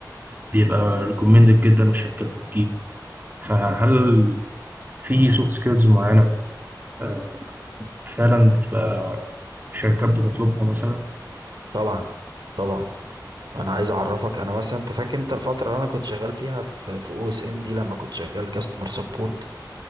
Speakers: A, on the right; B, on the right.
A: وبيبقى ريكومندد جدا والشركات بتجيب فهل في سوفت سكيلز معينة آه، فعلا بتبقى شركات بتطلبها مثلا
B: طبعا طبعا انا عايز اعرفك انا مثلا انت فاكر انت الفترة اللي انا كنت شغال فيها في في او اس ان دي لما كنت شغال كاستمر سبورت